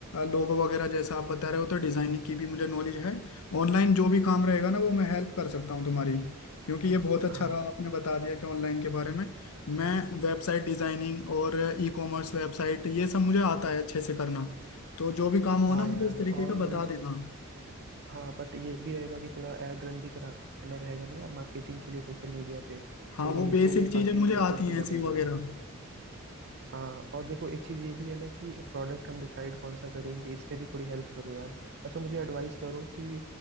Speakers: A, on the left; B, on the right.
A: लोगो वगैरह जैसा आप बता रहे हो तो डिजाइनिंग की भी मुझे नॉलेज है ऑनलाइन जो भी काम रहेगा ना वो मैं हेल्प कर सकता हूँ तुम्हारी क्योंकि ये बहुत अच्छा
B: हाँ
A: रहा आपने बता दिया कि ऑनलाइन के बारे में मैं वेबसाइट डिजाइनिंग और ई कॉमर्स वेबसाइट ये सब मुझे आता है अच्छे से करना तो जो भी काम हो
B: हाँ
A: ना मुझे
B: यार
A: इस तरीके
B: और
A: का बता देना
B: हाँ बट ये भी रहेगा कि थोड़ा एड रन भी कराना रहेगा ना यार मार्केटिंग के लिए सोशल मीडिया पे
A: हाँ
B: तो
A: वो
B: इनिशियल
A: बेसिक
B: में
A: चीजें
B: काफी
A: मुझे
B: इन्वेस्टमेंट
A: आती
B: भी
A: हैं
B: लगेगा
A: सी वगैरह
B: हाँ और देखो एक चीज ये भी है ना कि प्रोडक्ट हम डिसाइड कौन सा करेंगे इस पे भी थोड़ी हेल्प करो यार अच्छा मुझे एडवाइस करो कि